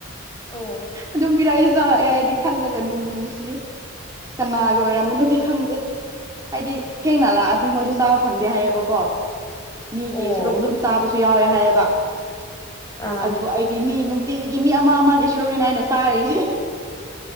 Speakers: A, on the left; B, on the right.
A: ꯑꯣ
B: ꯑꯗꯨꯝ ꯄꯤꯔꯛꯏꯁꯨ ꯆꯥꯔꯛꯑꯦ ꯑꯩꯗꯤ ꯈꯜꯂꯒ ꯅꯨꯡꯕꯨ ꯅꯨꯡꯁꯤꯌꯦ ꯀꯅꯥꯒꯤ ꯑꯣꯏꯔꯝꯝꯕꯅꯣꯗꯤ ꯈꯪꯗꯦ ꯍꯥꯏꯗꯤ ꯊꯦꯡꯅ ꯂꯥꯛꯑꯗꯤ ꯃꯣꯏꯁꯨ ꯆꯥꯎ ꯐꯪꯗꯦ ꯍꯥꯏꯌꯦꯕꯀꯣ ꯃꯤꯒꯤ
A: ꯑꯣ
B: ꯁꯔꯨꯛ ꯑꯗꯨꯝ ꯆꯥꯕꯁꯨ ꯌꯥꯎꯋꯦ ꯍꯥꯏꯌꯦꯕ
A: ꯑꯥ
B: ꯑꯗꯨ ꯑꯩꯗꯤ ꯃꯤ ꯅꯨꯡꯇꯤꯒꯤ ꯃꯤ ꯑꯃ ꯑꯃꯒꯤ ꯁꯔꯨꯛꯅꯤꯅ ꯑꯩꯅ ꯆꯥꯔꯏꯁꯦ